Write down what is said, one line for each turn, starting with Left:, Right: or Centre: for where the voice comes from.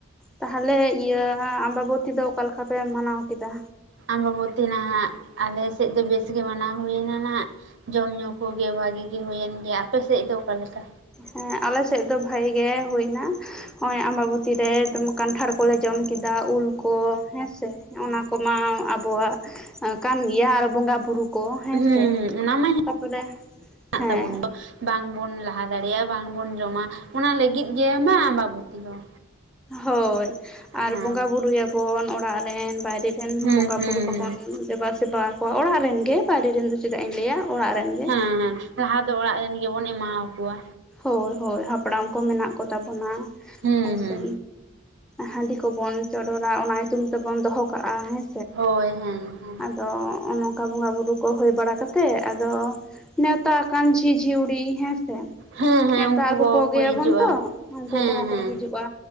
Centre: ᱛᱟᱦᱚᱞᱮ ᱤᱭᱟᱹ ᱟᱢᱵᱟᱵᱚᱛᱤ ᱫᱚ ᱚᱠᱟ ᱞᱮᱠᱟ ᱯᱮ ᱢᱟᱱᱟᱣ ᱠᱮᱫᱟ
Right: ᱟᱢᱵᱟᱵᱚᱛᱤ ᱱᱟᱦᱟᱜ ᱟᱞᱮ ᱥᱮᱫ ᱫᱚ ᱵᱮᱥ ᱜᱮ ᱢᱟᱱᱟᱣ ᱦᱩᱭᱮᱱᱟ ᱱᱟᱦᱱᱟᱜ ᱡᱚᱢ ᱧᱩ ᱠᱚᱜᱮ ᱵᱷᱟᱜᱤ ᱜᱮ ᱦᱩᱭᱮᱱ ᱜᱮᱭᱟ ᱟᱯᱮᱥᱮᱡ ᱫᱚ ᱚᱠᱟ ᱞᱮᱠᱟ?
Centre: ᱦᱮᱸ ᱟᱞᱮ ᱥᱮᱡ ᱫᱚ ᱵᱷᱟᱜᱤ ᱜᱮ ᱦᱩᱭ ᱮᱱᱟ ᱱᱚᱜᱼᱚᱭ ᱟᱢᱵᱟᱵᱚᱛᱤ ᱨᱮ ᱠᱟᱱᱴᱷᱟᱲ ᱠᱚᱞᱮ ᱡᱚᱢ ᱠᱮᱫᱟ ᱩᱞ ᱠᱚ ᱦᱮᱸ ᱥᱮ ᱚᱱᱟᱼᱼ ᱠᱚ ᱢᱟ ᱟᱵᱚᱣᱟᱜ ᱠᱟᱱ ᱜᱮᱭᱟ ᱟᱨ ᱵᱚᱸᱜᱟ ᱵᱩᱨᱩ ᱠᱚ ᱦᱮᱸᱥᱮ
Right: ᱦᱮᱸ ᱚᱱᱟ ᱢᱟ ᱦᱮᱱᱟᱜ
Centre: ᱛᱟᱯᱚᱨᱮ ᱦᱮᱸ
Right: ᱛᱟᱵᱚᱱ ᱫᱚ ᱵᱟᱝᱵᱚᱱ ᱞᱟᱦᱟᱼᱼ ᱫᱟᱲᱮᱭᱟᱜᱼᱟ ᱵᱟᱝᱵᱚᱱ ᱡᱚᱢᱟ ᱚᱱᱟ ᱞᱟᱹᱜᱤᱫ ᱜᱮ ᱢᱟ ᱟᱢᱵᱟᱵᱚᱛᱤ ᱦᱚᱸ
Centre: ᱦᱳᱭ
Right: ᱦᱮᱸ
Centre: ᱟᱨ
Right: ᱦᱩᱸ
Centre: ᱵᱚᱸᱜᱟ ᱵᱩᱨᱩ ᱭᱟᱵᱚᱱ ᱚᱲᱟᱜ ᱨᱮᱱ ᱵᱟᱭᱨᱮ ᱨᱮᱱ
Right: ᱦᱩᱸ
Centre: ᱵᱚᱸᱜᱟ
Right: ᱦᱩᱸ
Centre: ᱵᱩᱨᱩ ᱠᱚᱵᱚᱱ ᱫᱮᱵᱟ ᱥᱮᱵᱟᱣᱟ ᱠᱚ ᱚᱲᱟᱜ ᱨᱮᱱ ᱜᱮ ᱵᱟᱭᱨᱮ ᱨᱮᱱ ᱫᱚ ᱪᱮᱫᱟᱜ ᱤᱧ ᱞᱟᱹᱭᱟ ᱚᱲᱟᱜ ᱨᱮᱱ ᱜᱮ
Right: ᱦᱮᱸ ᱦᱮᱸ ᱞᱟᱦᱟ ᱫᱚ ᱚᱲᱟᱜ ᱨᱮᱱ ᱜᱮᱵᱚᱱ ᱮᱢᱟᱣᱟᱠᱚᱣᱟ
Centre: ᱦᱳᱭ ᱦᱳᱭ ᱦᱟᱯᱲᱟᱢ ᱠᱚ ᱢᱮᱱᱟᱜ ᱠᱚ ᱛᱟᱵᱚᱱᱟ
Right: ᱦᱩᱸ
Centre: ᱦᱮᱸᱥᱮ
Right: ᱦᱩᱸ
Centre: ᱦᱟᱺᱰᱤ ᱠᱚᱵᱚᱱ ᱪᱚᱰᱚᱨᱟ ᱚᱱᱟ ᱧᱩᱛᱩᱢ ᱛᱮᱵᱚᱱ ᱫᱚᱦᱚ ᱠᱟᱜᱼᱟ ᱦᱮᱸ
Right: ᱦᱳᱭ ᱦᱮᱸ ᱦᱮᱸ
Centre: ᱟᱫᱚ ᱱᱚᱠᱟ ᱵᱚᱸᱜᱟ ᱵᱩᱨᱩ ᱠᱚ ᱦᱩᱭ ᱵᱟᱲᱟ ᱠᱟᱛᱮᱜ ᱟᱫᱚ ᱱᱮᱣᱛᱟ ᱟᱠᱟᱱ ᱡᱷᱤᱡᱽ ᱡᱷᱤᱣᱲᱤ ᱦᱮᱸᱥᱮ
Right: ᱦᱮᱸ ᱦᱮᱸ
Centre: ᱱᱮᱶᱛᱟ
Right: ᱩᱱᱠᱩ
Centre: ᱟᱹᱜᱩ
Right: ᱠᱚᱠᱚ
Centre: ᱠᱚᱜᱮᱭᱟᱵᱚᱱ
Right: ᱦᱤᱡᱩᱜᱼᱟ
Centre: ᱛᱚ ᱩᱱᱠᱩ
Right: ᱦᱮᱸ
Centre: ᱠᱚᱦᱚᱸ
Right: ᱦᱮᱸ
Centre: ᱠᱚ ᱦᱤᱡᱩᱜᱼᱟ